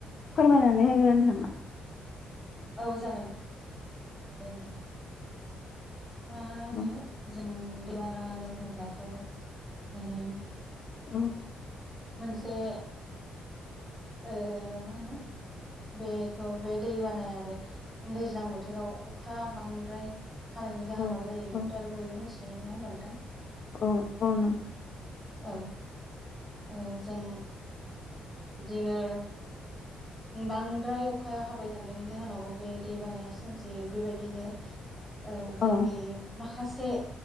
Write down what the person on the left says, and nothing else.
फोरमायनानै होग्रोनो नामा?
औ
औ
औ
औ
औ औ न
औ